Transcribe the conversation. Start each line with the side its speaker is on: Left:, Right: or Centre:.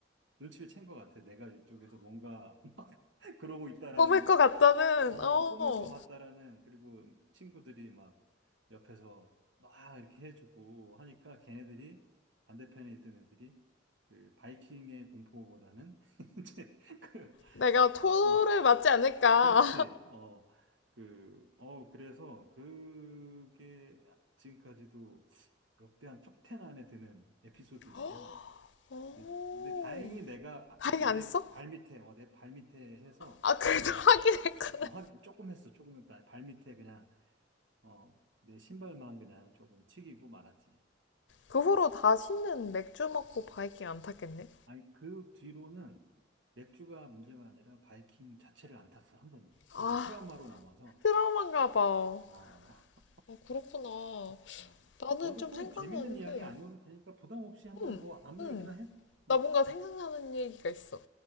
Right: 눈치를 챈 것 같아. 내가 이쪽에서 뭔가 <laughs> 막 그러고 있다라는,
Left: 뽑을 것 같다는,
Right: 어,
Left: 어,
Right: 뿜을 것 같다라는, 그리고 친구들이 막 옆에서 막 이렇게 해주고 하니까 걔네들이 반대편에 있던 애들이 그 바이킹의 공포보다는 <laughs> 이제 그,
Left: 내가
Right: 그,
Left: 토를
Right: 어,
Left: 맞지 않을까.
Right: 그렇지. 어, 그, 어, 그래서 그게 지금까지도 역대 한 t o 안에 드는 에피소드
Left: <laughs>
Right: 중에 하나야.
Left: 오,
Right: 근데 근데 다행히 내가 아,
Left: 바이킹
Right: 내
Left: 안 했어?
Right: 발밑에 어, 내 발밑에 해서
Left: 아, 그래도 <laughs> 하긴 했구나.
Right: 어, 하긴 조금 했어 조금 했다 발밑에 그냥 어, 내 신발만 그냥 조금 튀기고 말았지
Left: 그
Right: 음.
Left: 후로 다시는 맥주 먹고 바이킹 안 탔겠네?
Right: 아니 그 뒤로는 맥주가 문제가 아니라 바이킹 자체를 안 탔어 한 번도
Left: 아,
Right: 그게 트라우마로 남아서
Left: 트라우마인가 봐.
Right: 어,
Left: 아, 그렇구나.
Right: 어.
Left: 나는
Right: 너도
Left: 좀
Right: 꼭
Left: 생각나는
Right: 재밌는 이야기
Left: 게,
Right: 아니어도 되니까 부담 없이 한번
Left: 음,
Right: 뭐 아무
Left: 음.
Right: 얘기나 해? 뭐
Left: 나 뭔가
Right: 제,
Left: 생각나는 얘기가 있어.